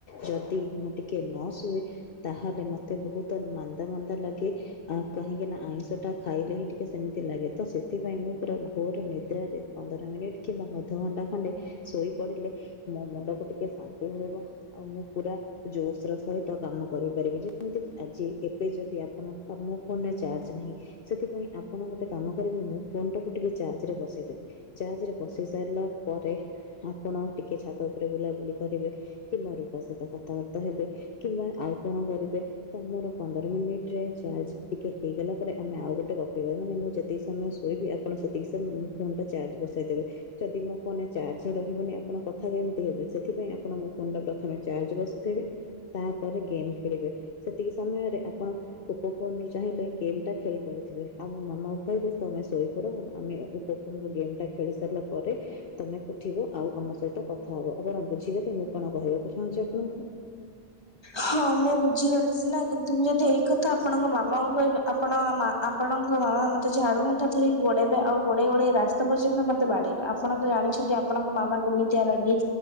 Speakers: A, on the left; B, on the left.
A: ଯଦି ମୁଁ ଟିକେ ନସୋଏ ତାହେଲେ ମତେ ବହୁତ ମାନ୍ଦା ମାନ୍ଦା ଲାଗେ। ଆଉ କାହିଁକିନା ଆଇଁଷଟା ଖାଇଲେ ହିଁ ଟିକେ ସେମିତି ଲାଗେ। ତ ସେଥିପାଇଁ ମୁଁ ପୁରା ଘୋର ନିଦ୍ରାରେ ପନ୍ଦର ମିନିଟ କିମ୍ବା ଅଧଘଣ୍ଟା ଖଣ୍ଡେ ଶୋଇ ପଡିଲେ ମୋ ମୁଣ୍ଡକୁ ଟିକେ ଶାନ୍ତି ମିଳିବ। ଆଉ ମୁଁ ପୁରା ଜୋସ ର ସହିତ କାମ କରିପାରିବି ଯେମିତିକ ଆଜି ଏବେ ଯଦି ଆ <unintelligible> ମୋ ଫୋନରେ ଚାର୍ଜ ନାହିଁ। ସେଥିପାଇଁ ଆପଣ ଗୋଟେ କାମ କରିବେ ମୁଁ ଫୋନ ଟାକୁ ଟିକେ ଚାର୍ଜରେ ବସେଇ ଦେବେ। ଚାଜ୍ ରେ ବସି ସାରିଲା ପରେ ଆପଣ ଟିକେ ଛାତ ଉପରେ ବୁଲାବୁଲି କରିବେ। କିମ୍ବା ରୁପା ସହିତ କଥାବାର୍ତ୍ତା ହେବେ କିମ୍ବା ଆଉ କଣ କରିବେ ତ ମୋର ପନ୍ଦର ମିନିଟ ରେ ଚାର୍ଜ ଟିକିେ ହେଇଗଲା ପରେ ଆମେ ଆଉ ଗୋଟେ ଗପିବା ମାନେ ମୁଁ ଯେତିକି ସମୟ ଶୋଇବି ଆପଣ ସେତିକି ସମୟ ମୁଁ ଫୋନ୍ ଟା ଚାର୍ଜ ବସେଇ ଦେବେ। ଯଦି ମୋ ଫୋନରେ ଚାର୍ଜ ରହିବନି ଆପଣ କଥା କେମିତି ହେବେ ସେଥିପାଇଁ ଆପଣ ମୋ ଫୋନ ଟା ପ୍ରଥମେ ଚାଜ ବସେଇବେ। ତାପରେ ଗେମ୍ ଖେଳିବେ ସେତିକି ସମୟରେ ଆପଣ ଓପୋ ଫୋନ୍ ଚାହିଁଲେ ଗେମ୍ ଖେଳିପାରୁଥିବେ ଆଉ ମୋ ମାମାକୁ କହିବେ ତୁମେ ଶୋଇପଡ଼ ଆ ଆମେ ଓପ ରୁ ଗେମ୍ଟା ଖେଳି ସାରିଲା ପରେ ତମେ ଉଠିବ ଆଉ ଆମ ସହିତ କଥା ହବ ଆପଣ ବୁଝିଗଲେ ମୁଁ କଣ କହିବାକୁ ଚାହୁଁଛି ଆପଣଙ୍କୁ? ଁ
B: ହଁ ମୁଁ ବୁଝିଗଲି ସିନା କିନ୍ତୁ ମୁଁ ଯଦି ଏଇ କଥା ଆପଣଙ୍କ ମାମାଙ୍କୁ କହିବି ଆପଣ ମା ଆପଣଙ୍କ ବାବା ମତେ ଝାଡୁ ମୁଠା ଧରିକି ଗୋଡେଇବେ ଆଉ ଗୋଡେଇ ଗୋଡେଇ ରାସ୍ତା ପର୍ଯ୍ୟନ୍ତ ମତେ ବାଡେଇ। ଆପଣ ତ ଜାଣିଛନ୍ତି ଆପଣଙ୍କ ମାମା କେମିତିଆ ରାଗି